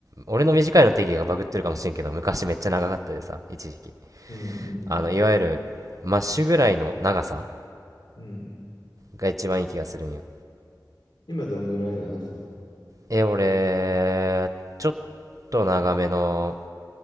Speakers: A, on the right; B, on the left.
A: 俺の短いの定義がバグってるかもしれんけど昔めっちゃ長かったでさ一時期
B: うん、
A: あのいわゆるマッシュぐらいの長さ
B: うん。
A: が一番いい気がするんよ
B: 今どんぐらい長さ
A: え俺ちょっと長めの